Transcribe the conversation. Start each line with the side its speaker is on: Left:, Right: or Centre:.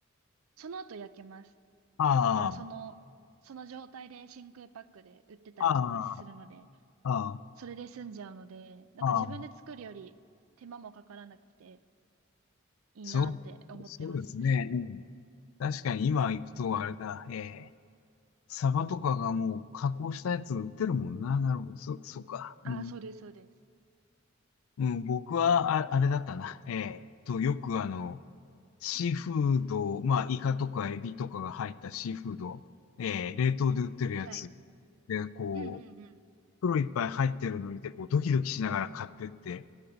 Right: その後焼けます。
Left: あ
Right: だから、その、その状態で真空パックで売ってたりとかするので、
Left: あ、ああ、あ
Right: それで済んじゃうので、なんか自分で作るより手間もかからなくて
Left: あ、ああ、
Right: いいなって思ってます。
Left: そう、そうですね。うん。確かに今行くとあれだ、
Right: うん
Left: ええ、サバとかがもう加工したやつ売ってるもんな。なるほど、そ、そうか。
Right: あ、
Left: うん。
Right: そうです、そうです。
Left: うん、僕はあ、あれだったな。ええと、よくあの、シーフード、まあ、イカとかエビとかが入ったシーフード、ええ、冷凍で売ってるやつ。
Right: はい。
Left: で、こう、
Right: うんうんうん。
Left: 袋いっぱい入ってるの見て、こう、ドキドキしながら買ってって、